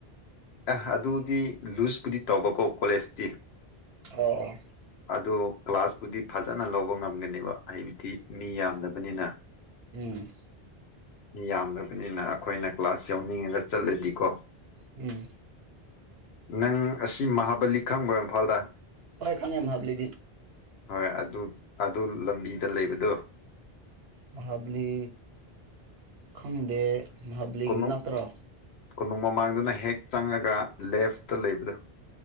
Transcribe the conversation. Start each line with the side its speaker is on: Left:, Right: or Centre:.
Left: ꯑ ꯑꯗꯨꯗꯤ ꯂꯨꯖꯄꯨꯗꯤ ꯇꯧꯕꯀꯣ ꯀꯣꯂꯦꯖꯇꯤ
Right: ꯑꯣ ꯑꯣ
Left: ꯑꯗꯣ ꯀ꯭ꯂꯥꯁꯄꯨꯗꯤ ꯐꯖꯅ ꯂꯧꯕ ꯉꯝꯒꯅꯦꯕ ꯑꯩꯕꯨꯗꯤ ꯃꯤ ꯌꯥꯝꯗꯕꯅꯤꯅ
Right: ꯎꯝ
Left: ꯃꯤ ꯌꯥꯝꯗꯕꯅꯤꯅ ꯑꯩꯈꯣꯏꯅ ꯀ꯭ꯂꯥꯁ ꯌꯥꯎꯅꯤꯡꯉꯒ ꯆꯠꯂꯗꯤꯀꯣ
Right: ꯎꯝ
Left: ꯅꯪ ꯑꯁꯤ ꯃꯍꯥꯕꯂꯤ ꯈꯪꯕ꯭ꯔꯣ ꯏꯝꯐꯥꯜꯗ
Right: ꯍꯣꯏ ꯈꯉ ꯌꯥꯝ ꯍꯥꯞꯂꯤ
Left: ꯍꯣꯏ ꯑꯗꯨ ꯑꯗꯨ ꯂꯝꯕꯤꯗ ꯂꯩꯕꯗꯣ
Right: ꯥꯕꯂꯤ ꯈꯪꯗꯦ ꯍꯥꯗꯂꯤꯒ
Left: ꯀꯣꯅꯨꯡ
Right: ꯏꯅꯠꯇ꯭ꯔ
Left: ꯀꯣꯅꯨꯡ ꯃꯃꯥꯡꯗꯅ ꯍꯦꯛ ꯆꯪꯉꯒ ꯂꯦꯐꯇ ꯂꯩꯕꯗꯣ